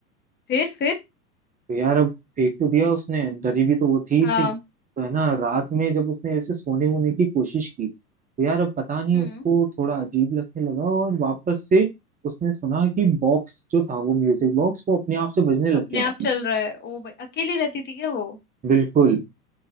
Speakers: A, on the left; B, on the right.
A: फिर फिर
B: तो यार अब फेंक तो दिया उसने डरी भी तो वो थी ही
A: हाँ
B: सही तो है ना रात में जब उसने ऐसे सोने वोने की कोशिश की तो यार अब पता नहीं
A: हम्म
B: उसको थोड़ा अजीब लगने लगा और वापस से उसने सुना कि बॉक्स जो था वो म्यूजिक बॉक्स वो अपने आप से बजने लग
A: अपने
B: गया
A: आप
B: वापस
A: चल रहा है ओ भाई अकेली रहती थी क्या वो
B: बिल्कुल